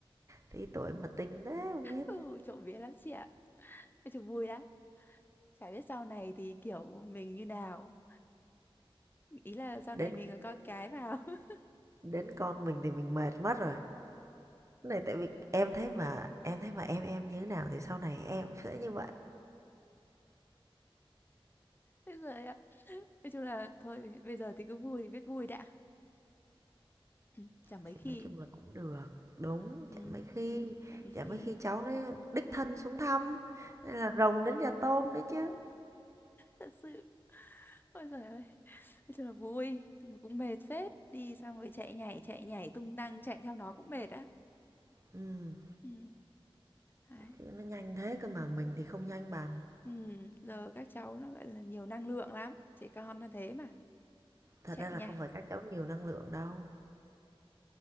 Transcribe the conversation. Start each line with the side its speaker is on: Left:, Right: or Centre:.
Right: tí tuổi mà tinh thế không biết.
Left: ừ trộm vía lắm chị ạ nói chung vui lắm chả biết sau này thì kiểu mình như nào ý là sau
Right: Đến
Left: này mình có con cái vào <laughs>
Right: đến con mình thì mình mệt mất rồi. Cái này tại vì em thấy mà em thấy mà em em như thế nào thì sau này em sẽ như vậy.
Left: Ôi giời Nói chung là thôi bây giờ thì cứ vui thì biết vui đã. Ừ, Chả mấy
Right: Thì
Left: khi.
Right: nói chung là cũng được, đúng,
Left: Ừ,
Right: chả mấy khi
Left: chả mấy khi.
Right: chả mấy khi cháu nó đích thân xuống thăm, nên là rồng đến nhà tôm đấy chứ.
Left: Thật sự. Ôi giời ơi. Nói chung là vui. Nhưng mà cũng mệt phết. Đi xong rồi chạy nhảy, chạy nhảy tung tăng, chạy theo nó cũng mệt á.
Right: Ừm,
Left: Ừ. Đấy.
Right: chứ nó nhanh thế cơ mà mình thì không nhanh bằng.
Left: Ừ. Giờ các cháu nó gọi là nhiều năng lượng lắm. Trẻ con nó thế mà.
Right: Thật
Left: Chạy
Right: ra là
Left: nhảy.
Right: không phải các cháu nhiều năng lượng đâu,